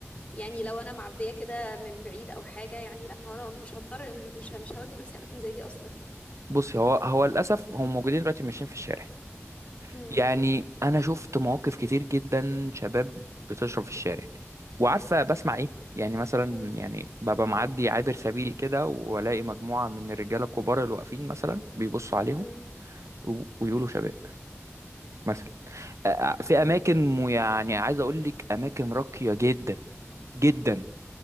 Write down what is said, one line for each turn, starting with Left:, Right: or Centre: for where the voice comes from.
Left: يعني لو انا معديه كده من بعيد او حاجه يعني لا هو انا مش هضطر مش مش مش هودي نفسي اماكن زي دي اصلا يعني
Right: بص هو هو للأسف هم موجودين دلوقتي ماشيين في الشارع
Left: امم
Right: يعني أنا شفت مواقف كتير جدا شباب بتشرب في الشارع وعارفة بسمع إيه يعني مثلا
Left: امم
Right: يعني ببقى معدي عابر سبيل كده وألاقي مجموعة من الرجالة الكبار اللي واقفين مثلا بيبصوا عليهم
Left: امم
Right: و- ويقولوا شباب مثلا آه، في
Left: امم
Right: اماكن م- يعني عايز اقول لك اماكن راقيه جدا جدا